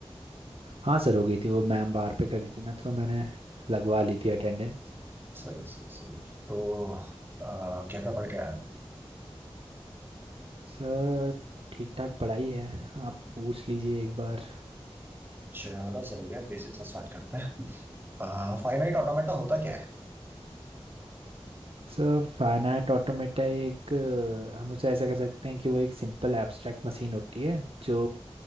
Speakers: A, on the right; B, on the right.
A: हाँ सर हो गई थी वो मैम बाहर पे खड़ी थी ना तो मैंने लगवा ली थी अटेंडेंस
B: सही सही सही तो आ, क्या क्या पढ़ के आया
A: सर ठीक ठाक पढ़ाई है आप पूछ लीजिए एक बार
B: चलो सही है बेसिक से स्टार्ट करते हैं आ, फाइनाइट ऑटोमेटा होता क्या है
A: सर फाइनाइट ऑटोमेटा एक अ, हम उसे ऐसा कह सकते हैं कि वो एक सिंपल एब्स्ट्रैक्ट मशीन होती है जो